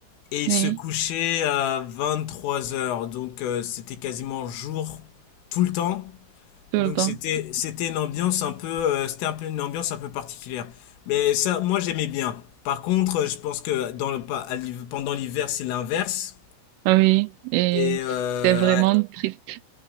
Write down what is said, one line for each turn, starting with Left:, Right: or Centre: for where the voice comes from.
Left: Et il
Right: oui,
Left: se couchait à 23 heures, donc euh, c'était quasiment jour tout le temps.
Right: tout
Left: Donc
Right: le temps.
Left: c'était c'était une ambiance un peu euh, c'était un peu une ambiance un peu particulière. Mais ça moi j'aimais bien. Par contre, je pense que dans le pa- à l'hiv- pendant l'hiver, c'est l'inverse
Right: Ah Oui, et
Left: et euh,
Right: c'est vraiment
Left: ouais
Right: triste.